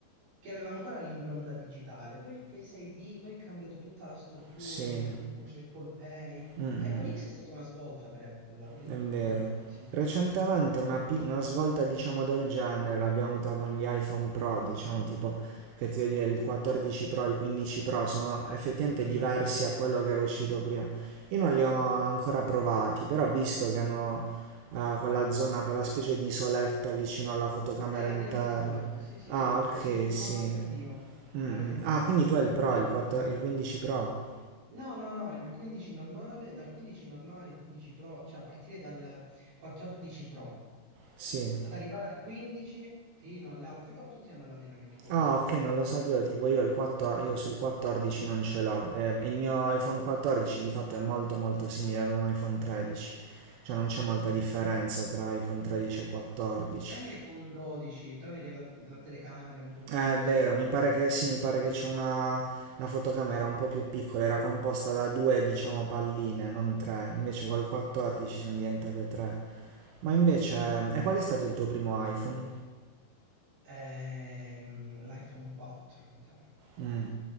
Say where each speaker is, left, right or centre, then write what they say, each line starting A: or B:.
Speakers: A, on the right; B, on the right.
A: che aveva ancora l'impronta digitale. Poi il Face ID, poi è cambiato tutta la struttura,
B: Sì.
A: l'introduzione di Apple Pay.
B: Mm, mm.
A: iPhone X è stata una svolta per Apple, vedi,
B: È vero.
A: Mm, veramente, sì, sì.
B: Recentemente una, pi- una svolta, diciamo, del genere l'abbiamo avuta con gli iPhone Pro, diciamo, tipo, che ti devo dire, il 14 Pro e il 15 Pro sono effettivamente
A: La Dynamic
B: diversi
A: Board.
B: a quello che era uscito prima. Io non li ho ancora provati, però ho visto che hanno eh, quella zona, quella specie di isoletta vicino alla fotocamera
A: Eh, la
B: interna.
A: Dynamic Board, sì, sì,
B: Ah,
A: sì.
B: ok,
A: Sì, ce
B: sì.
A: l'ho anche il mio. L'ho
B: Mm, mm.
A: anche il mio,
B: Ah,
A: l'iPhone
B: quindi
A: 15
B: tu hai il Pro,
A: ce
B: il,
A: l'ha
B: 4
A: pure.
B: il 15 Pro?
A: No, no, no, il 15 normale, dal 15 normale, il 15 Pro, cioè a partire dal 14 Pro
B: Sì.
A: ad arrivare al 15 fino alle altre cose, tutti hanno la Dynamic Board.
B: Ah, ok, non lo sapevo, tipo io, il 4 io sul 14 non ce l'ho. eh, il mio iPhone 14 di fatto è molto molto simile ad un iPhone 13, cioè non c'è molta
A: Esatto.
B: differenza tra iPhone 13 e 14.
A: Anche iPhone 12, tranne che la, la telecamera è un po' diversa,
B: Eh, è vero, mi pare che sì, mi pare che c'è una... la fotocamera un po' più piccola, era composta da due, diciamo, palline, non tre, invece col 14 sono diventate tre. Ma invece, ehm, e qual è stato il tuo primo iPhone?
A: ehm, l'iPhone 4, mi sa.
B: Mm,